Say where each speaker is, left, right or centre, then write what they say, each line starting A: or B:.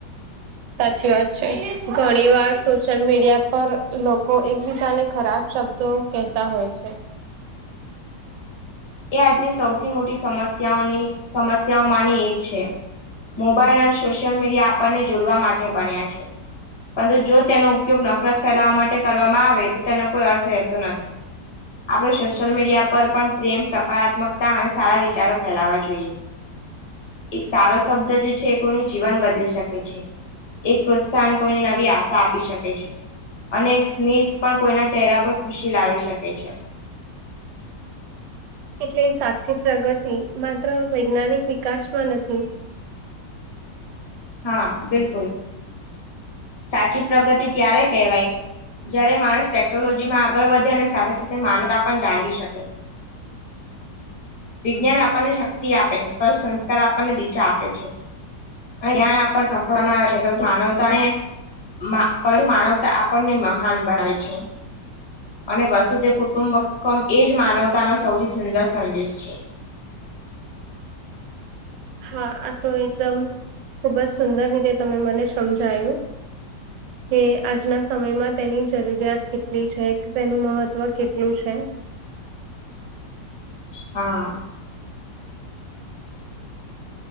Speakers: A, on the right (about 80°); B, on the left (about 30°).
A: સાચી વાત છે ઘણી વાર સોશિયલ મીડિયા પર લોકો એકબીજાને ખરાબ શબ્દો કહેતા હોય છે
B: એ આજની સૌથી મોટી સમસ્યાઓની સમસ્યાઓમાંની એક છે મોબાઈલ અને સોશિયલ મીડિયા આપણને જોડવા માટે બન્યા છે પરંતુ, જો તેનો ઉપયોગ નફરત ફેલાવા માટે કરવામાં આવે તો તેનો કોઈ અર્થ રહેતો નથી. આપણે સોશિયલ મીડિયા પર પણ પ્રેમ, સકારાત્મકતા અને સારા વિચારો ફેલાવા જોઈએ. એક સારો શબ્દ જે છે કોઈનું જીવન બદલી શકે છે. એક પ્રોત્સાહન કોઈની નવી આશા આપી શકે છે. અને એક સ્મિત પણ કોઈના ચહેરા પર ખુશી લાવી શકે છે.
A: એટલે સાચી પ્રગતિ માત્ર વૈજ્ઞાનિક વિકાસ માં નથી.
B: હા, બિલકુલ. સાચી પ્રગતિ ત્યારે કહેવાય જયારે માણસ ટેકનોલોજી માં આગળ વધે અને સાથે સાથે માનવતા પણ જાળવી શકે. વિજ્ઞાન આપણને શક્તિ આપે છે પણ સંસ્કાર આપણને દિશા આપે છે અને જ્ઞાન આપવાને સફળ ના આવે છે પરંતુ માનવતા ને મા પરંતુ, માનવતા આપણને મહાન બનાવે છે. અને વસુધૈવ કુટુંબકમ એજ માનવતા નો સૌથી સુંદર સંદેશ છે એમ <unintelligible>
A: હા આ તો એકદમ ખુબ જ સુંદર રીતે તમે મને સમજાયું. <inaudible> કે આજના સમયમાં તેની જરૂરિયાત કેટલી છે કે, તેનું મહત્વ કેટલું છે.
B: હા <inaudible>